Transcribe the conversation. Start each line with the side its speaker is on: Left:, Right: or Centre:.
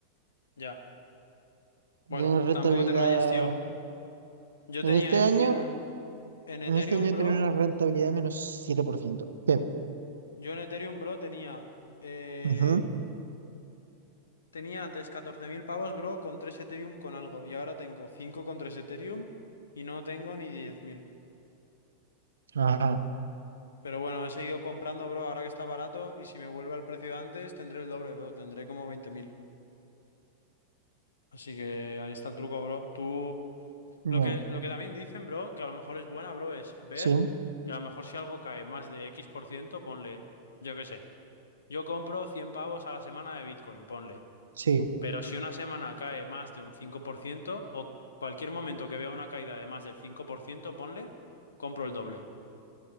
Left: ya. Bueno,
Right: Tiene rentabilidad.
Left: tampoco te rayes, tío. Yo
Right: En
Left: tenía
Right: este año.
Left: en, en Ethereum,
Right: En este año
Left: bro.
Right: tiene una rentabilidad de menos siete por ciento Sí.
Left: Yo en Ethereum, bro, tenía. eh,
Right: Ujú.
Left: tenía antes 14.000 pavos, bro, con 3 Ethereum con algo. Y ahora tengo 5 con tres Ethereum y no tengo ni 10.000.
Right: Ajá.
Left: Pero bueno, he seguido comprando, bro, ahora que está barato. Y si me vuelve al precio de antes, tendré el doble, bro. Tendré como 20.000. Así que ahí está el truco, bro. Tú.
Right: Ya.
Left: Lo que, lo que también dicen, bro, que a lo mejor es buena, bro, es ver.
Right: Sí.
Left: que a lo mejor si algo cae más de X por ciento, ponle. Yo qué sé. Yo compro 100 pavos a la semana de Bitcoin, ponle.
Right: Sí.
Left: Pero si una semana cae más de un 5% o cualquier momento que vea una caída de más del 5%, ponle, compro el doble.